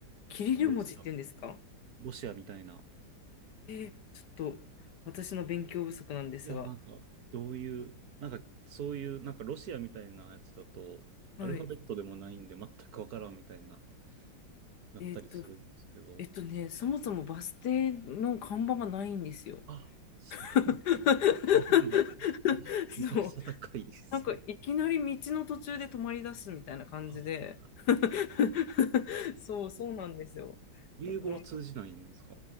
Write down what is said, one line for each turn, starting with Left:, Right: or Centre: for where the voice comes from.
Left: キリル文字って言うんですか
Right: あの、ロシア、ロシアみたいな。
Left: えーちょっと私の勉強不足なんですが、
Right: いや、なんか、どういう、なんか、そういう、なんか、ロシアみたいなやつだと、
Left: はい。
Right: アルファベットでもないんで、全くわからんみたいな、なったりするんですけど、
Left: えーっと、えっとね、そもそもバス停の看板がないんですよ。
Right: あ、それは
Left: <laughs>
Right: 難易度がめちゃくちゃ高いですね。
Left: そう。なんかいきなり道の途中で止まり出すみたいな感じで
Right: あ
Left: <laughs> そう、そうなんですよ。
Right: 英語を通じないんですか
Left: だから、